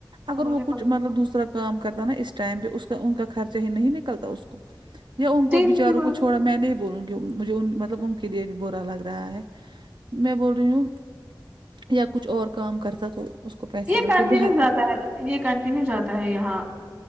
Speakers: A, on the right; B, on the right.
A: ہاں،
B: اگر
A: مجھے
B: وہ کچھ
A: پتا
B: مطلب دوسرا کام کرتا نا اس ٹائم پے اس کا ان کا خرچہ ہی نہیں نکلتا اس کو یا ان کو
A: سیم
B: بچاروں
A: سی بات،
B: کو چھوڑا میں نہیں بولوں گی مجھے مطلب ان کے لیے بھی برا لگ رہا ہے میں بول رہی ہوں یا کچھ اور کام کرتا تو اس کو پیسے
A: یہ
B: بچتے
A: کنٹینیو
B: بہن
A: جاتا ہے یہ کنٹینیو جاتا ہے یہاں